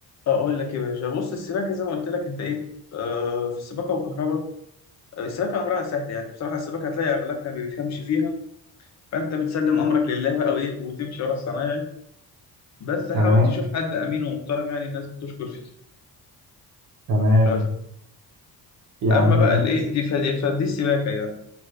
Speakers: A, on the left (about 45°); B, on the right (about 60°).
A: اقول لك يا باشا بص السباكه زي ما قلت لك انت ايه آه في السباكه والكهرباء آه، السباكه امرها سهل يعني بصراحه السباكه هتلاقي اغلبنا ما بيفهمش فيها فانت بتسلم امرك لله بقى وايه وتمشي ورا الصنايعي بس حاول
B: تمام
A: تشوف حد امين ومحترم يعني الناس بتشكر فيه
B: تمام
A: بس
B: يعني
A: اما بقى
B: ماشي
A: الايه دي فدي, فدي السباكه يعني